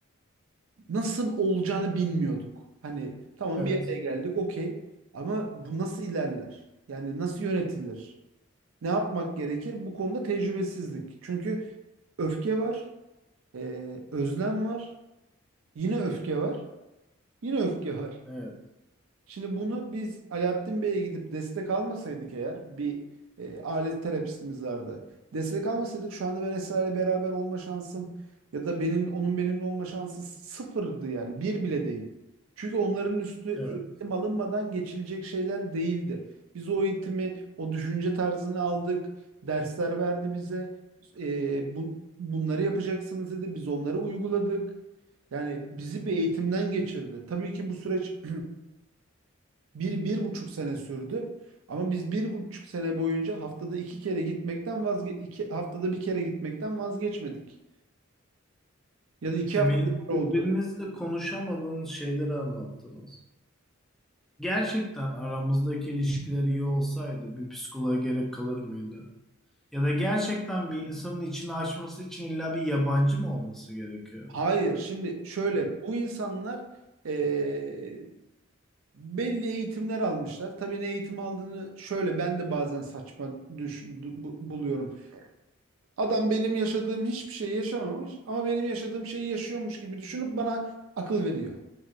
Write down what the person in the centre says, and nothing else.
Evet.
Evet.
Evet.
Temelinde
birbirinizle
konuşamadığınız şeyleri anlattınız. Gerçekten aramızdaki ilişkiler iyi olsaydı bir psikoloğa gerek kalır mıydı? Ya da gerçekten bir insanın içini açması için illa bir yabancı mı olması gerekiyor?